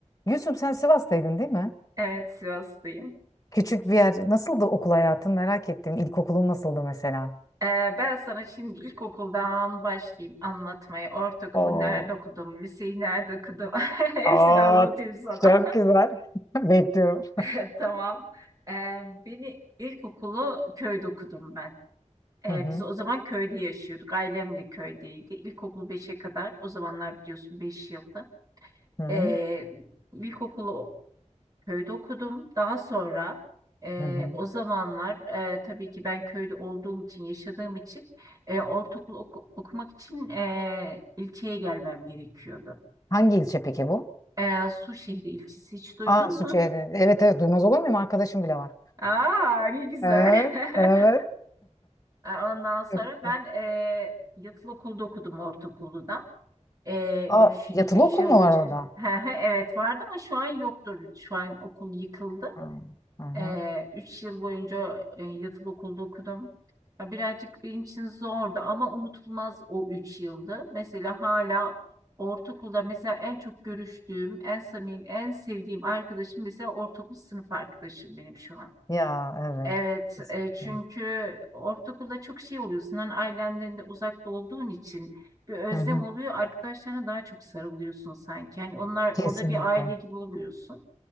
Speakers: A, on the left; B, on the right.
A: Gülsüm sen Sivas'taydın değil mi?
B: Evet, Sivaslıyım.
A: Küçük bir yer. Nasıldı okul hayatın? Merak ettim. İlkokulun nasıldı mesela?
B: Ee, ben sana şimdi ilkokuldan başlayayım anlatmaya. Ortaokulu
A: Oo,
B: nerede okudum, liseyi nerede okudum, <laughs> hepsini
A: aa,
B: anlatayım sana.
A: çok güzel. <laughs> Bekliyorum.
B: <laughs> <laughs> Tamam. Ee, beni ilkokulu köyde okudum ben. Ee,
A: Hı hı.
B: biz o zaman köyde yaşıyorduk. Ailem de köydeydi. İlkokul beşe kadar. O zamanlar biliyorsun 5 yıldı.
A: Hı hı.
B: Ee, ilkokulu Köyde okudum. Daha sonra e,
A: Hı hı.
B: o zamanlar e, tabii ki ben köyde olduğum için, yaşadığım için e, ortaokul oku- okumak için e, ilçeye gelmem gerekiyordu.
A: Hangi ilçe peki bu?
B: E, Suşehri ilçesi hiç duydun
A: Aa Suçiğeri.
B: mu?
A: Evet evet duymaz olur muyum? Arkadaşım bile var.
B: Aa, ne güzel.
A: Evet,
B: <laughs>
A: evet.
B: E, Ondan sonra
A: Çok güzel.
B: ben e, yatılı okulda okudum ortaokulda. da. E,
A: Aa
B: üç,
A: Evet. yatılı
B: üç
A: okul
B: yıl
A: mu
B: boyunca.
A: var orada?
B: <laughs> Evet vardı ama şu an yoktur. Şu an okul yıkıldı.
A: Ha, Hı hı.
B: Ee, üç yıl boyunca e, yatılı okulda okudum. Ya birazcık benim için zordu ama unutulmaz o üç yıldı. Mesela hala ortaokulda mesela en çok görüştüğüm, en samimi, en sevdiğim arkadaşım mesela ortaokul sınıf arkadaşım benim şu an.
A: Ya evet.
B: Evet,
A: Kesinlikle.
B: e, çünkü ortaokulda çok şey oluyorsun. Hani ailenden de uzakta olduğun için bir özlem
A: Hı hı.
B: oluyor. Arkadaşlarına daha çok sarılıyorsun sanki. Yani onlar
A: Kesinlikle.
B: orada bir aile gibi oluyorsun.